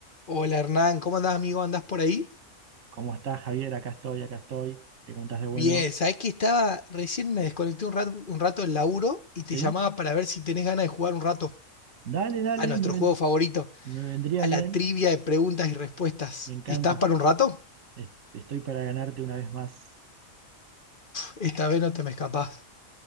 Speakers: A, on the left; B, on the right.
A: Hola Hernán, ¿cómo andás amigo? ¿Andás por ahí?
B: ¿Cómo estás, Javier? Acá estoy, acá estoy. ¿Qué contás de bueno?
A: Bien, sabés que estaba, recién me desconecté un rato, un rato del laburo y te
B: ¿Sí?
A: llamaba para ver si tenés ganas de jugar un rato
B: Dale, dale,
A: a nuestro
B: me, ven-
A: juego favorito,
B: me vendría
A: a
B: bien.
A: la trivia de preguntas y respuestas.
B: Me encanta.
A: ¿Estás para un rato?
B: Es- Estoy para ganarte una vez más.
A: Esta vez no te me escapás.